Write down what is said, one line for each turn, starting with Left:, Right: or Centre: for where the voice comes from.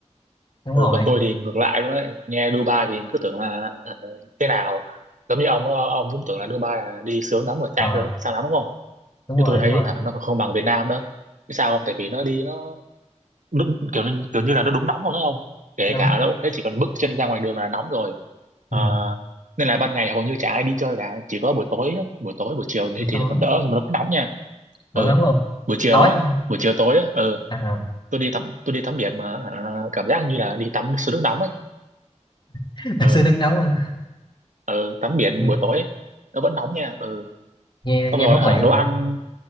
Left: đúng
Right: Ừ,
Left: rồi
Right: còn tôi thì ngược lại luôn đấy nghe Dubai thì cứ tưởng là ờ, thế nào giống như ông ờ, ông cũng tưởng là Dubai là đi sướng lắm rồi sang
Left: ờ
Right: sướng sang lắm đúng không
Left: đúng
Right: chứ
Left: rồi
Right: tôi thấy
Left: đúng rồi
Right: hả, nó còn không bằng Việt Nam nữa Chứ sao không tại vì nó đi nó đúng, kiểu như, kiểu như là nó đúng nóng luôn đó không kể
Left: nóng
Right: cả ở đâu cũng thế chỉ cần bước chân ra ngoài đường là nóng rồi
Left: ừ.
Right: Ờ, nên là ban ngày hầu như chả ai đi chơi cả chỉ có buổi tối á, buổi tối buổi chiều
Left: buổi
Right: thì, thì
Left: tối
Right: nó còn đỡ nhưng mà nó vẫn nóng nha
Left: vẫn
Right: ừ
Left: nóng luôn
Right: buổi chiều
Left: tối
Right: á buổi chiều tối á ừ
Left: à
Right: tôi đi tắm tôi đi tắm biển mà à, cảm giác như là đi tắm suối nước nóng ấy
Left: <laughs>
Right: ờ
Left: sư nước nóng à.
Right: ờ tắm biển
Left: nghe
Right: buổi tối ấy, nó vẫn nóng nha ờ
Left: nghe
Right: xong
Left: nghe
Right: rồi
Left: thú
Right: hả
Left: vị
Right: đồ
Left: quá nhỉ
Right: ăn